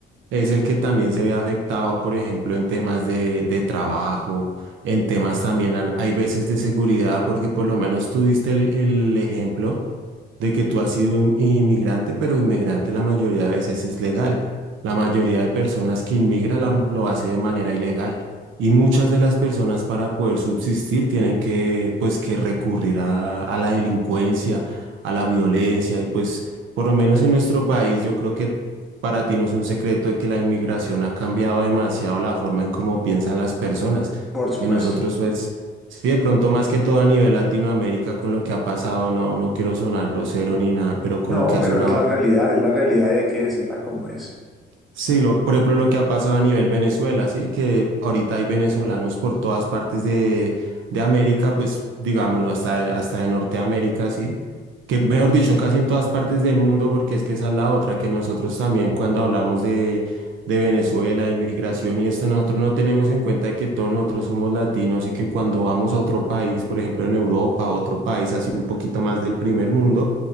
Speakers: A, on the right; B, in the centre.
A: Es el que también se ve afectado, por ejemplo, en temas de, de trabajo, en temas también, al- hay veces de seguridad, porque por lo menos tú diste el, el ejemplo de que tú has sido in- inmigrante, pero inmigrante la mayoría de veces es legal. La mayoría de personas que inmigra la- lo hace de manera ilegal. Y muchas de las personas para poder subsistir tienen que, pues, que recurrir a, a la delincuencia, a la violencia. Y pues, por lo menos en nuestro país, yo creo que para ti no es un secreto de que la inmigración ha cambiado demasiado la forma en cómo piensan las personas.
B: por supuesto.
A: Que nosotros, pues, Sí, de pronto más que todo a nivel Latinoamérica con lo que ha pasado, no, no quiero sonar grosero ni nada, pero con
B: No,
A: lo que ha
B: pero
A: sonado
B: es la realidad, es la realidad y hay que decirla como es.
A: Sí, lo, por ejemplo, lo que ha pasado a nivel Venezuela, ¿sí? Que ahorita hay venezolanos por todas partes de, de América, pues digámoslo, hasta, el- hasta de Norteamérica, ¿sí? Que mejor dicho, casi en todas partes del mundo, porque es que esa es la otra, que nosotros también cuando hablamos de, de Venezuela, inmigración y esto, nosotros no tenemos en cuenta que todos nosotros somos latinos y que cuando vamos a otro país, por ejemplo, en Europa, a otro país así un poquito más del primer mundo,